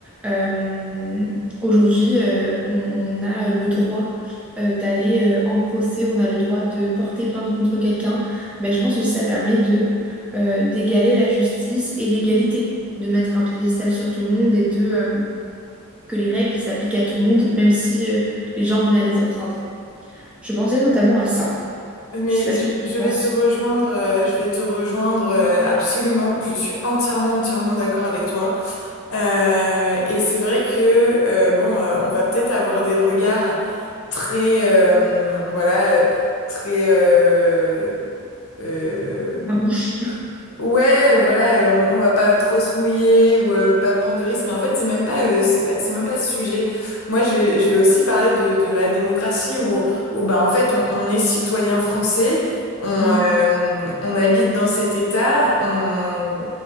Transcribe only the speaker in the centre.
euh, aujourd'hui, euh, on, on a le droit euh, d'aller euh, en procès, on a le droit de porter plainte contre quelqu'un. Ben, je pense aussi que ça permet de euh, d'égaler la justice et l'égalité, de mettre un piédestal sur tout le monde et de euh, que les règles s'appliquent à tout le monde, même si euh, les gens venaient à les enfreindre. Je pensais notamment à ça.
Je sais pas ce
que tu en
penses,
Farouche.
Mm,